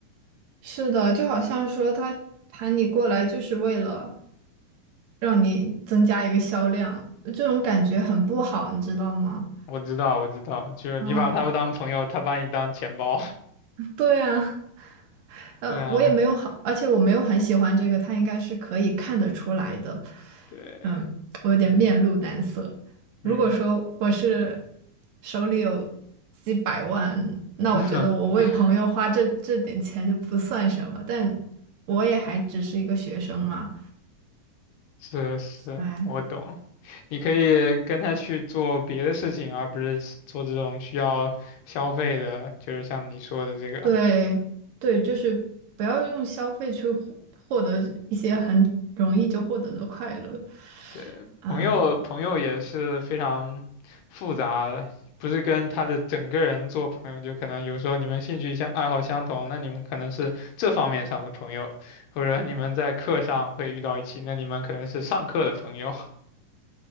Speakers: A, on the right; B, on the left.
A: 是的，就好像说他喊你过来就是为了让你增加一个销量，这种感觉很不好，你知道吗？
B: 我知道，我知道，就是你把他们当朋友，
A: 嗯，
B: 他把你当钱包。<laughs>
A: 对啊，呃，
B: 对啊，
A: 我也没有好，而且我没有很喜欢这个，他应该是可以看得出来的。
B: 对，
A: 嗯，我有点面露难色。
B: 嗯嗯。
A: 如果说我是手里有几百万，那我觉得我为朋友花这这点钱就不算什么，
B: <laughs>
A: 但我也还只是一个学生嘛。
B: 是是，
A: 哎，
B: 我懂。你可以跟他去做别的事情，而不是做这种需要消费的，就是像你说的这个。
A: 对对，就是不要用消费去获获得一些很容易就获得的快乐。
B: 对，
A: 嗯，
B: 朋友朋友也是非常复杂的，不是跟他的整个人做朋友，就可能有时候你们兴趣相爱好相同，那你们可能是这方面上的朋友，或者你们在课上会遇到一起，那你们可能是上课的朋友。<laughs>